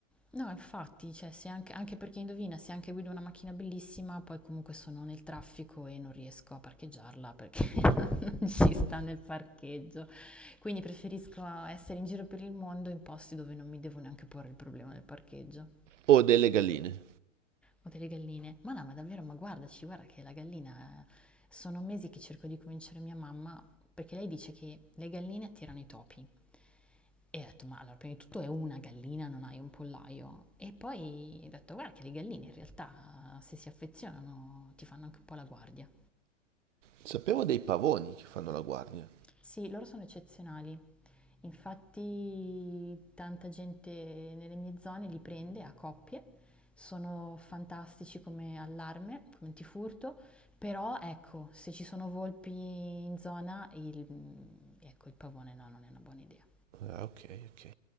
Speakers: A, in the centre; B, on the right.
A: No, infatti, cioè, se anche, anche perché indovina, se anche guido una macchina bellissima, poi comunque sono nel traffico e non riesco a parcheggiarla perché <laughs> non ci sta nel parcheggio. Quindi preferisco essere in giro per il mondo in posti dove non mi devo neanche porre il problema del parcheggio
B: O delle galline.
A: o delle galline. Ma no, ma davvero, ma guardaci, guarda che la gallina... Sono mesi che cerco di convincere mia mamma, perché lei dice che le galline attirano i topi. E ho detto, ma allora, prima di tutto è una gallina, non hai un pollaio. E poi ho detto, guarda che le galline in realtà, se si affezionano, ti fanno anche un po' la guardia.
B: Sapevo dei pavoni che fanno la guardia.
A: Sì, loro sono eccezionali. Infatti tanta gente nelle mie zone li prende a coppie. Sono fantastici come allarme, come antifurto, però ecco, se ci sono volpi in zona, il, ecco, il pavone no, non è una buona idea.
B: Ah, ok, ok.